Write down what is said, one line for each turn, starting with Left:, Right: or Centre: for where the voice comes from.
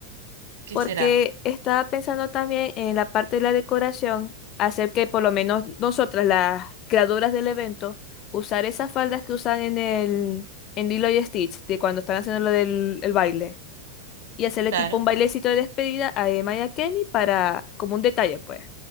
Right: ¿Qué
Left: Porque
Right: será?
Left: estaba pensando también en la parte de la decoración, hacer que por lo menos nosotras, las creadoras del evento, usar esas faldas que usan en el en Lilo y Stitch, de cuando están haciendo lo del el baile, y hacerle
Right: Claro.
Left: tipo un bailecito de despedida a Emma y a Kenny para, como un detalle, pues.